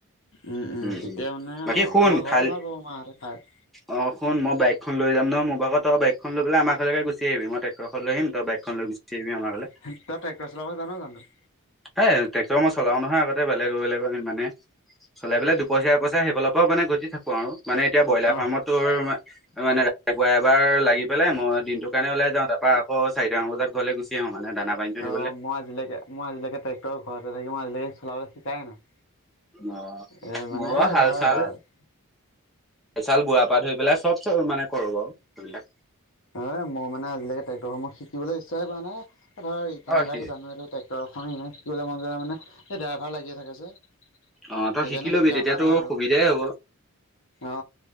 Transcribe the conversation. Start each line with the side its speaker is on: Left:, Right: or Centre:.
Left: উমঁ-উমঁ,
Centre: উম
Left: তেতিয়া
Centre: উম।
Left: মানে
Centre: বাকী
Left: আৰু
Centre: শুন
Left: আমাৰ
Centre: খালি
Left: ঘৰতো ভাল পাব মাহঁতে খাই।
Centre: অ', শুন মই বাইকখন লৈ যাম নহয় মোৰ ভাগৰ তই বাইকখন লৈ পেলাই আমাৰ ঘৰলেকে গুচি আহিবি মই টেক্টৰখন লৈ আহিম তই বাইকখন লৈ গুচি আহিবি আমাৰ ঘৰলে
Left: তই ট্ৰেক্টৰ চলাব জান জানো?
Centre: এ ট্ৰেক্টৰ মই চলাও নহয় আগতে বেলেগৰ বেলেগৰ মানে চলাই পেলাই দুপইচা এপইচা সেইফালৰ পৰাও মানে ঘটি থাকো আৰু মানে এতিয়া ব্ৰইলাৰ
Left: অ
Centre: ফাৰ্মত তোৰ মানে আকৌ এবাৰ লাগি পেলাই মই দিনটো কাৰণে ওলাই যাওঁ, তাৰপা আকৌ চাৰিটামান বজাত ঘৰলৈ গুচি আহো মানে দানা পানীটো
Left: অ
Centre: দিবলৈ
Left: মই আজিলৈকে মই আজিলৈকে ট্ৰেক্টৰ ঘৰতে থাকি মই আজি লৈকে চাবলৈ শিকা নাই।
Centre: অ',
Left: এ মানে
Centre: মোৰ হাল চাল
Left: ধৰ
Centre: হাল চাল বোৱা বোৱা পা ধৰি পেলাই চব চব মানে কৰোঁ আৰু সেইবিলাক।
Left: এ মই মানে আজিলৈকে ট্ৰেক্টৰ শিকিবলৈ ইচ্ছাই কৰা নাই ধৰ ইখন
Centre: অ
Left: গড়ী
Centre: সি
Left: জানো এইটো ট্ৰে ক্টৰখন শিকিবলৈ মন যোৱা নাই মানে এই ড্ৰাইভাৰ লাগিয়ে থাকে যে।
Centre: অ', তই
Left: সেইকাৰণে
Centre: শিকি লবি
Left: শিকা
Centre: তেতিয়া
Left: হোৱা
Centre: তোৰ
Left: নাই আৰু
Centre: সুবিধাই হ'ব।
Left: অ